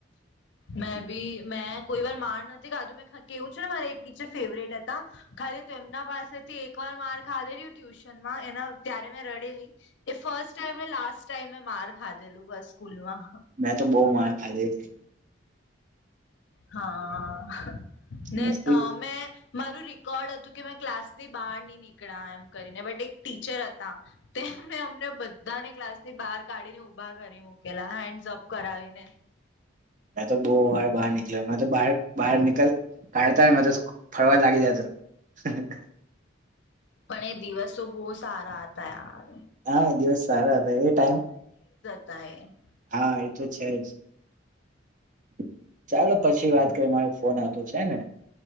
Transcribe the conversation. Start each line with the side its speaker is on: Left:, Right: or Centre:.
Left: મે બી મેં કોઈ વાર માર નથી ખાધું મે કેવું છે, ને મારા એક ટીચર ફેવરેટ હતા, ખાલી એમના પાસેથી એક વાર માર્ ખાધેલી ટ્યુશનમાં એના ત્યારે મેં રડેલી એ ફસ્ટ ટાઈમ ને લાસ્ટ ટાઇમ યે માર્ ખાધેલું બસ સ્કૂલમાં.
Right: મેં તો બો માર ખાધી હતી
Left: હા, હ. ને
Right: મસ્તી
Left: તમે મારું રેકોર્ડ હતું કે મેં ક્લાસ ની બહાર નહી નીકળ્યા એમ કરીને બટ એક ટીચર હતા તે મેં અમને બધાને ક્લાસ ની બહાર કાઢીને ઊભા કરી મુૂકેલા હેન્ડસ અપ કરાવીને
Right: એ તો બો વાર બહાર નીકળ્યો તો બહાર બહાર નીકળ કાઢતા ને તો ફરવા લાગી જતા હા, હા
Left: પણ એ દિવસો બો સારા તૈયાર
Right: હા એ દિવસ સારા હતાં એ ટાઈમ
Left: <unintelligible>
Right: હા એ તો છે, જ ચાલો પછી વાત કરી મારે ફોન આવતો છે, ને.